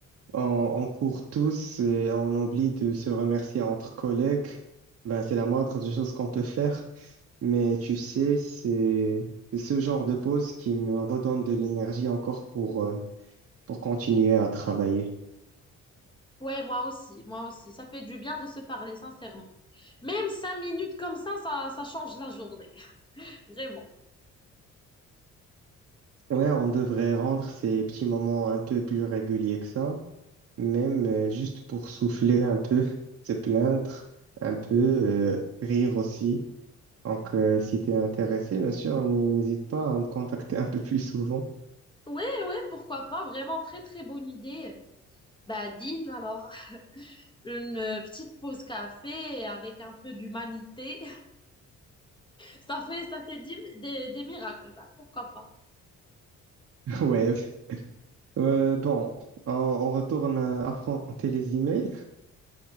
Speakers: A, on the right; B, on the left.
A: On, on court tous et on oublie de se remercier entre collègues. Ben, c'est la moindre des choses qu'on peut faire. Mais tu sais, c'est c'est ce genre de pause qui me redonne de l'énergie encore pour, euh, pour continuer à travailler.
B: Ouais, moi aussi, moi aussi. Ça fait du bien de se parler, sincèrement. Même cinq minutes comme ça, ça, ça change la journée, <laughs> vraiment.
A: Ouais, on devrait rendre ces petits moments un peu plus réguliers que ça, même euh, juste pour souffler un peu, <laughs> se plaindre un peu, euh, rire aussi. Donc, euh, si tu es intéressé, bien sûr, n- n'hésite pas à me contacter un peu plus souvent.
B: Ouais, ouais, pourquoi pas, vraiment très très bonne idée. Euh, Bah, deal alors. <laughs> Une euh, petite pause café avec un peu d'humanité. Ça fait, ça fait dix- des, des miracles. Bah, pourquoi pas?
A: <laughs> Ouais. Euh, bon, on, on retourne à affronter les emails.